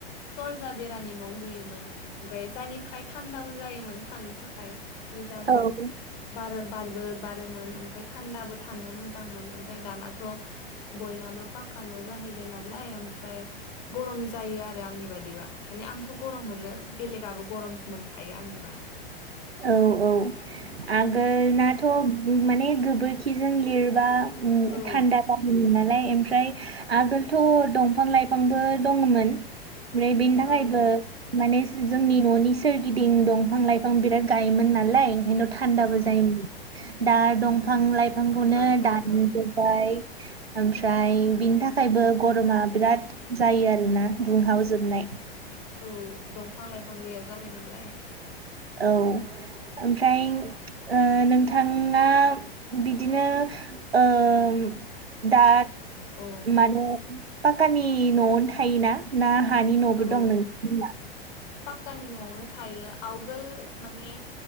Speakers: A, on the left; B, on the right.
A: दरजा बेरानि न' लुयोमोन ओमफ्राय जायनि थाखाय थान्दाबो जायोमोन थानो थाखाय मोजां
B: औ
A: बार बारबो बारोमोन ओमफ्राय थान्दाबो थानो मोजां मोन ओमफ्राय दानाथ' बयनाबो पाक का न' जाहैबाय नालाय ओमफ्राय गरम जायो आरो आंनि बादिबा माने आंथ' गरम मोनो। बेलेगआबो गरम मोनखायो आंनिबा।
B: औ औ आगोलनाथ' माने गोबोरखिजों लिरबा ओ
A: औ
B: थान्दा जाहोयो नालाय ओम फ्राय आगोलथ' दंफां लाइफांबो दङमोन। ओमफ्राय बेनि थाखायबो
A: ओं
B: माने जोंनि न'नि सोरगिदिं दंफां लाइफां बिराद गायोमोन नालाय ओंखायनो थान्दाबो
A: औ
B: जायोमोन दा दंफां लाइ फांखौनो
A: दाथ' ओं
B: दानजोबबाय। ओमफ्राय बिनि थाखायबो गरमा बिराद जायो आरोना दुंहावजोबनाय।
A: औ दंफां लाइफां गैया जाबाय नालाय।
B: औ ओमफ्राय ओ नोंथाङा बिदिनो ओम दा
A: औ
B: माने पाक्कानि न'आवनो थायोना ना हानि न'बो
A: औ
B: दं <unintelligible>
A: पाक्कानि न'आवनो थायो आवगोल माने